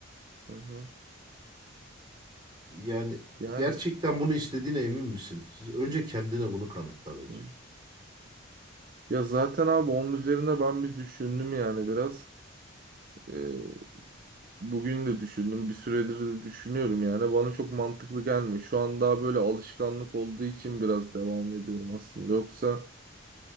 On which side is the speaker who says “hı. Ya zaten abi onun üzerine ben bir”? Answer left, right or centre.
Right